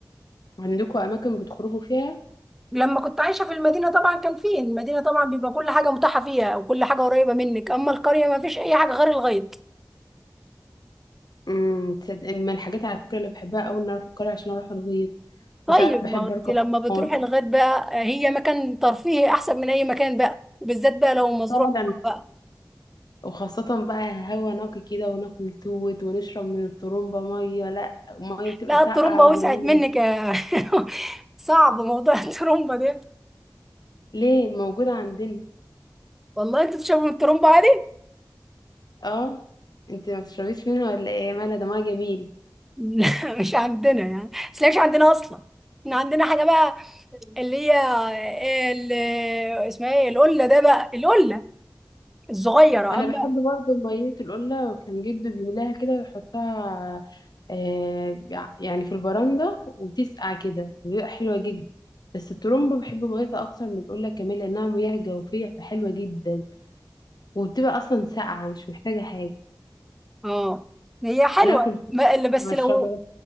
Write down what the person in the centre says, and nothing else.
لما كنت عايشة في المدينة طبعا كان فيه المدينة طبعا بيبقى كل حاجة متاحة فيها وكل حاجة قريبة منك أما القرية ما فيش أي حاجة غير الغيط
طيب
ما
أنت لما بتروحي
الغيط بقى هي مكان ترفيهي أحسن من أي مكان بقى وبالذات بقى لو مزروع
بقى
لا
الترمبة وسعت
منك يا <laughs> صعب موضوع الترمبة ده
والله أنت تشربي من الترمبة عادي
لا مش عندنا يعني بس هي مش عندنا اصلا احنا عندنا حاجه بقى اللي هي ال- اسمها ايه القله ده بقى القله الصغيره
اما
اه هي حلوه
ما- اللي
بس لو